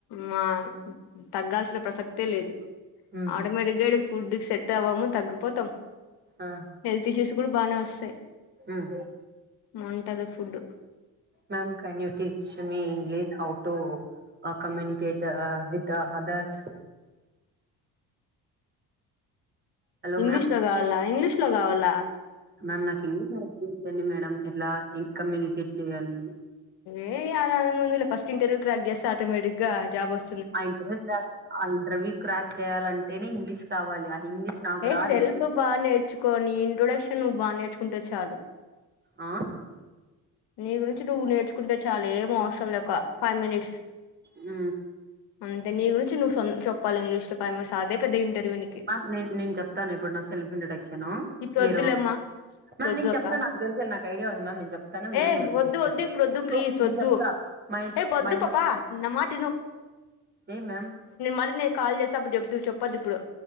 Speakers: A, on the left (about 80°); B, on the right (about 25°).
A: మా తగ్గాల్సిన ప్రసక్తే లేదు
B: ఉమ్
A: ఆటోమేటిక్గా ఫుడ్కి సెట్ అవ్వము తగ్గ పోతాం
B: ఆ
A: హెల్త్ ఇష్యూస్ కూడా బాగా వస్తాయి
B: ఉమ్
A: మంటది food
B: ma'am can you teach me English how to communicate with others hello
A: English
B: ma'am
A: లో కావాల ఇంగ్లీష్ ట్ లో కావాల
B: మ్యామ్ నాకు ఇంగ్లీష్యండి మేడం ఎట్లా కమ్యూనికేట్ చెయాలి
A: ఏవదందు ఫస్ట్ ఇంటర్వ్యూ క్రా గెస్ ఆటోమేటిక్గా జాబ్ వస్త
B: ఆ ఇంటర్వ్యూ కక్ ఆ ఇంటర్వ్యూ క్రాక్ చేయాలంటేనే ఇంగ్లీష్ కావాలి ఇంగ్లీష్ నాకు
A: ఏ
B: రాదే
A: సెల్ఫ్ బాగా నేర్చుకోని ఇంట్రొడక్షన్ నువ్వు బాగా నేర్చుకుంట చాలు
B: ఆ
A: నీ గురించి నువ్ నేర్చుకుంటే చాల ఏం అవసరం లే ఒక ఫైవ్ మినిట్స్
B: మ్
A: అంతే నీ గురించి నువ్వు చెప్పాలి ఇంగ్లీష్ లో కాైమర్స్ అదే పెద్ద ఇంటి రుమినికి
B: మ్యామ్ నేను నేను చెప్తాను ఇప్పుడు నా సెల్ఫ్ ఇంట్రొడక్షను
A: ఇప్పుడు
B: మీరు
A: వద్దులేమ్మా ఇప్పుడు
B: మ్యామ్
A: వద్దు
B: నేను
A: అక్క
B: చెప్తాను నాకు తెలిస నాకు ఐడియా ఉంది మ్యామ్ నేను చెప్తాను వనం
A: ఏ
B: ఊరికిస్
A: వద్దు వద్దు ఇప్పుడు వద్దు ప్లీజ్
B: సో నేను
A: వద్దు
B: చెప్తా మై
A: ఏ వద్దు
B: మై
A: పాపా నా మాట
B: ఏ మ్యామ్
A: మరి నేను కాల్ చేసే అప్పుడు చెబదు చెప్పద్దు ఇప్పుడు